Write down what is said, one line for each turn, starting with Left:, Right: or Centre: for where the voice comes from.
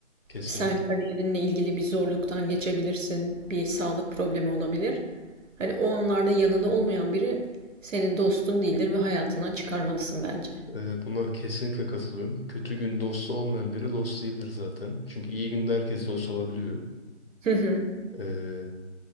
Left: kesinlikle.
Right: Sen kariyerinle ilgili bir zorluktan geçebilirsin. Bir sağlık problemi olabilir. Hani o anlarda yanında olmayan biri senin dostun değildir ve hayatından çıkarmalısın bence.
Left: Ee, buna kesinlikle katılıyorum. Kötü gün dostu olmayan biri dost değildir zaten. Çünkü iyi günde herkes dost olabiliyor.
Right: Hı hı.
Left: Ee,